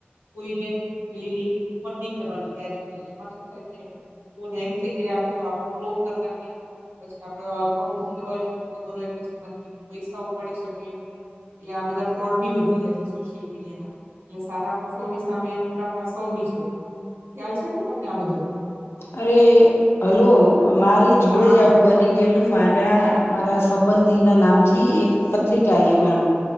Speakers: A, on the right; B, on the left.
A: કોઈને પેલી લિંક ઓપનની કરવાની ક્યારે બી એમાં શું થાય છે ફોન હેંગ થઈ જાય આપડો આપડો ક્લોન કરી નાખે પછી આપડે એકાઉન્ટ જે હોય એમને ખબર હોય પછી એમાંથી પૈસા ઉપાડી શકે. એટલે આ બધા ફ્રોડ બી વધી જાય છે સોશિયલ મીડિયાના એટલે સારા પાસાઓની સામે ખરાબ પાસાઓ બી છે ખ્યાલ છે ને આ બધો?
B: અરે હલો મારી જોડે
A: હા
B: જ આવું બની ગેલું મારા મારા સંબંધીના નામથી એક પત્રિકા આયી અમારામ